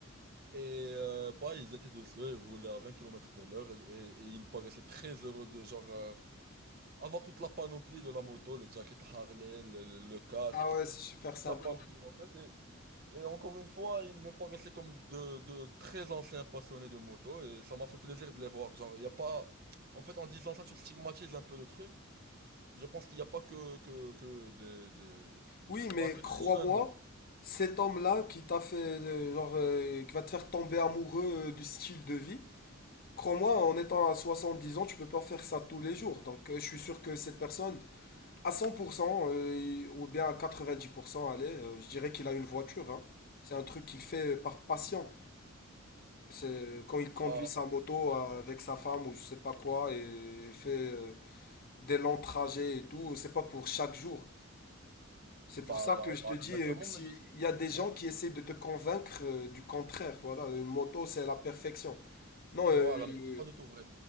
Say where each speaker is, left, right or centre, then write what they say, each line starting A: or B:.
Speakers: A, on the right; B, on the left.
A: Et euh, bah, ils étaient dessus, ils roulaient à 20 kilomètres de l'heure et, et- et ils paraissaient très heureux de genre euh, avoir toute la panoplie de la moto, les jackets Harley, le, le- le casque,
B: Ah ouais,
A: toute
B: c'est super sympa.
A: la panoplie en fait. Et encore une fois, ils me paraissaient comme de, de très anciens passionnés de moto et ça m'a fait plaisir de les voir. Genre, il y a pas... En fait, en disant ça, tu stigmatises un peu le truc. Je pense qu'il n'y a pas que, que, que des, des-
B: Oui,
A: Bah,
B: mais
A: que
B: crois-moi,
A: des jeunes.
B: cet homme-là qui t'a fait, euh, genre, euh, qui va te faire tomber amoureux euh, du style de vie, crois-moi, en étant à 70 ans, tu peux pas faire ça tous les jours. Donc, euh, je suis sûr que cette personne... À 100% euh, ou bien à 90%, allez, euh, je dirais qu'il a une voiture, hein. C'est un truc qu'il fait par passion. C'est euh, quand il conduit
A: Bah,
B: sa moto euh, avec sa femme ou je sais pas quoi et fait euh, des longs trajets et tout, c'est pas pour chaque jour. C'est
A: bah,
B: pour ça
A: bah,
B: que je
A: bah,
B: te dis
A: exactement,
B: euh, que s'il
A: mais je sais pas.
B: y a des gens
A: Ouais,
B: qui essaient de te convaincre euh, du contraire, voilà, une moto c'est la perfection. Non,
A: voilà,
B: euh,
A: mais c'est pas du tout vrai.